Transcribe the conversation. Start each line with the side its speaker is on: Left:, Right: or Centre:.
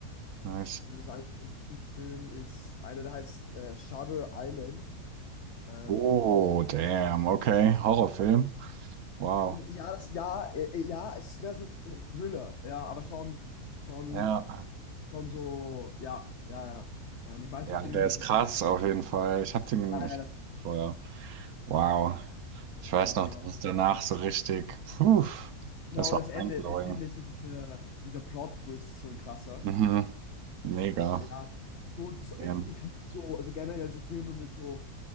Right: nice.
Left: ich würde sagen, mein Lieblingsfilm ist einer, der heißt äh, Shutter Island. Ähm,
Right: Oh, damn, okay. Horrorfilm. Wow.
Left: ja, das, ja, äh, äh, ja, es ist mehr so Thriller, ja, aber schon, schon.
Right: Ja.
Left: Schon so, ja, ja, ja. Ähm, ich weiß
Right: Ja,
Left: nicht, ob du
Right: der
Left: den gesehen
Right: ist krass
Left: hast.
Right: auf jeden Fall. Ich hab den,
Left: Ah,
Right: ich,
Left: ja, das,
Right: vorher. Wow. Ich weiß
Left: das
Right: noch,
Left: ist krass.
Right: dass danach so richtig. Puh,
Left: Genau,
Right: das war
Left: das Ende,
Right: mindblowing.
Left: das Ende ist so dieser, dieser Plot-Twist, so ein krasser.
Right: Mhm. Mega.
Left: Ja, so, das,
Right: Damn.
Left: ich liebe so, also generell so Filme mit so,